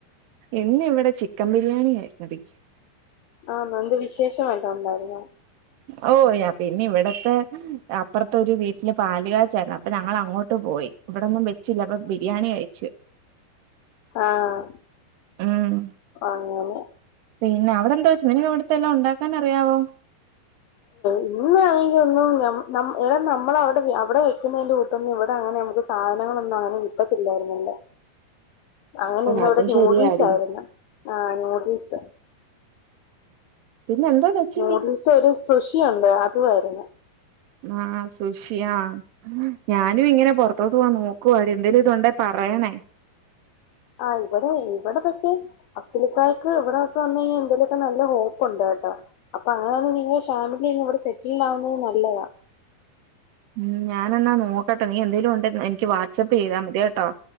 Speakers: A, on the right; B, on the left.
A: ഇന്നിഇവിടെ ചിക്കൻ ബിരിയാണി ആയിര്ന്നെടീ <inaudible>
B: ആ ഇന്ന് എന്ത് വിശേഷം വല്ലതും ഉണ്ടായിരുന്നു
A: ഔ യാ പിന്നെ ഇവിടത്തെ അപ്പർത്തെ ഒരു വീട്ടില് പാലുകാച്ചലാ അപ്പൊ ഞങ്ങൾ അങ്ങോട്ട് പോയി ഇവിടെന്നും വെച്ചില്ല അപ്പൊ ബിരിയാണി കയിച്ചു
B: ആഹ്
A: ഉം
B: അങ്ങനെ
A: പിന്നെ അവിടെ എന്ത് വെച്ച് നിനക്ക് അവിട്ത്തെല്ലാം ഉണ്ടാക്കാൻ അറിയാവോ
B: ഇന്നാണെങ്കിൽ ഒന്നും നം നം എടാ നമ്മളവ്ടെ അവടെ വെക്കുന്നതിന്റെ കൂട്ടന്നും ഇവടെ അങ്ങനെ നമുക്ക് സാധനങ്ങളൊന്നും അങ്ങനെ കിട്ടത്തില്ലായിരുന്നല്ലേ അങ്ങനെ
A: ഓ
B: ഇന്ന്
A: അതും
B: ഇവിടെ ന്യൂഡിൽസ്
A: ശരിയാടി
B: ആയിരുന്നു ആഹ് ന്യൂഡിൽസ്
A: പിന്നെ എന്തോ വെച്ച്
B: നുഡിൽസും
A: നീ
B: ഒരു സുഷിയുണ്ട് അതുവായിരുന്നു
A: അഹ്ആഹ് സുഷി ആഹ് ഞാനും ഇങ്ങനെ പൊറത്തോട്ട് പോകാൻ നോക്കു പാടി എന്തേലും ഇതുണ്ടെ പറയണേ
B: ആഹ് ഇവടെ ഇവടെ പക്ഷെ അഫ്സൽക്കാക്ക് ഇവിടൊക്കെ വന്നഴിഞ് എന്തേലൊക്കെ നല്ല ഹോക്കുണ്ട് കട്ടോ അപ്പൊ അങ്ങനാന്ന്ണ്ടങ്ങി ഷാനൂന് ഇങ്ങോട്ട് സെറ്റിൽ ആവുന്നെ നല്ലതാ
A: ഉം ഞാന എന്നാ നോക്കട്ടെ നീ എന്തേലും ഉണ്ടേ <unintelligible> ചെയ്താൽ മതി കേട്ടോ